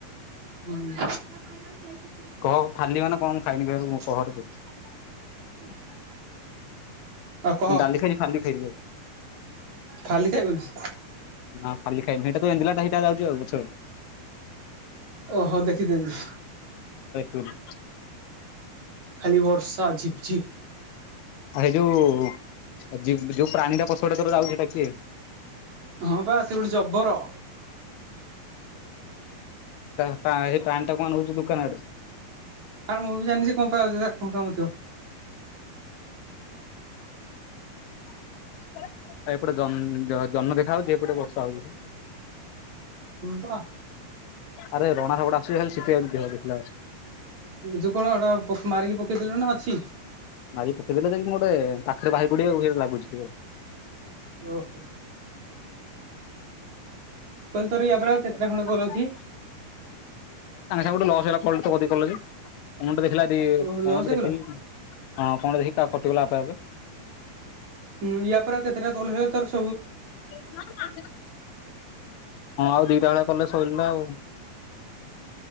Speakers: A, on the right; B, on the left.
A: ହଁ। <unintelligible>
B: କହ ଫାଲି ମାନେ କଣ ମୁଁ ଖାଇନି କହିଲୁ ମୋ କହରେ
A: ଆଉ କହ
B: ମୁଁ ଡାଲି ଖାଇଲି ଖାଲି ଖାଇଲି।
A: ଫାଲି ଖାଇବିନି।
B: ହଁ ଖାଲି ଖାଇଲି ହେଇଟା ତ <unintelligible> ହେଇଟା ଯାଉଛୁ ଆଉ ପଛ ପଟେ
A: ଓହୋଃ ଦେଖିଦେବି।
B: ଫୁର୍
A: ଖାଲି ବର୍ଷା ଝିପଝିପ୍
B: ଆ ସେ ଯୋଉ-ଉ-ଉ ଯୋଉ ପ୍ରାଣୀଟା ପଛପଟେ ତୋର ଯାଉଛି ସେଇଟା କିଏ?
A: ହଁ ପା ସେ ଗୋଟେ ଜବର।
B: ସେଇ ପ୍ରାଣୀଟା କଣ ହଉଛି ଦୋକାନ ଆଡେ
A: ଆରେ ମୁଁ ବି ଜାଣିନି ସେ କଣ ପାଇଁ ଯାଉଛି ତାର କଣ କାମ ଥିବ?
B: <inaudible> ଆ ଏପଟେ ଜନଅ-ଅ ଜହ୍ନ ଦେଖା ହେଉଛି ଏପଟେ ବର୍ଷା ହଉଛି <inaudible> <inaudible>
A: ବାଃ।
B: ଆରେ ରଣା ସେପଟେ ଆସୁଛି <inaudible> ଶିଖିବାକୁ ଦେ ଦେଖିଲାଣି।
A: ଯୋଉ କଣ ହେଟା ପ ମାରିକି ପକେଇଦେଲୁଣି ନା ଅଛି?
B: ମାରିକି ପକେଇଦେଲେ ଯେ <inaudible> ମୁଁ ଗୋଟେ ପାଖରେ ବାହାରି ପଡିବ <inaudible> ଲାଗୁଛି ଟିକେ।
A: ଓହୋଃ କହିଲି ତୋର ୟା ପରେ
B: ଆରେ
A: ଆଉ କେତେଟା
B: ସାଙ୍ଗେ
A: ଖଣ୍ଡେ
B: ସାଙ୍ଗେ
A: କଲ୍ ଅଛି
B: ଗୋଟେ ଲସ୍ ହେଲା। କଲଟେ <inaudible> କତିକି କଲ କି କଣଟା ଦେଖିଲା <inaudible> କଣ
A: ଓହୋ ଲସ୍
B: ଗୋଟେ
A: ହେଇଗଲା।
B: ଦେଖି କଣ ହଁ କଣଟା ଦେଖି କା କଟିଗଲା ଆପେ ଆପେ।
A: ହୁଁ ୟା ପରେ ଆଉ କେତେଟା କଲ୍ ହୁଏ ତୋର୍ସ
B: ହଁ ଆଉ ଦିଟା <unintelligible> କଲେ ସଇଲା ଆଉ।